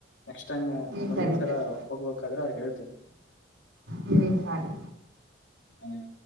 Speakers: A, on the left (about 70°); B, on the right (about 90°).
A: ನೆಕ್ಸ್ಟ್ ಟೈಮ್
B: ಹ್ಮ್
A: ಒಂದಿನ
B: ಸರಿ
A: ಸರ
B: ಸರಿ
A: ಹೋಗ್ಬೇಕಾದ್ರ ಹೇಳ್ತೀನಿ...
B: ಹನ್ ಸಾರಿ.
A: ಹ್ಮ <inaudible>